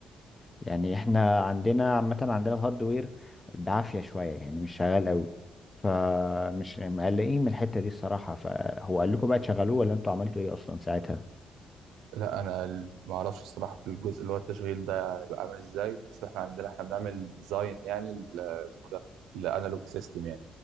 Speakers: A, on the left; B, on the right.
A: يعني احنا عندنا عامه عندنا الهاردوير بعافيه شويه يعني مش شغال قوي فمش مقلقين من الحته دي الصراحه فهو قال لكم بقى تشغلوه ولا انتوا عملتوا ايه اصلا ساعتها؟
B: لا انا ال- ما اعرفش الصراحة في الجزء اللي هو التشغيل ده هيبقى عامل ازاي بس احنا عندنا احنا بنعمل ديزاين يعني ل- اسمه ده لانالوج سيستم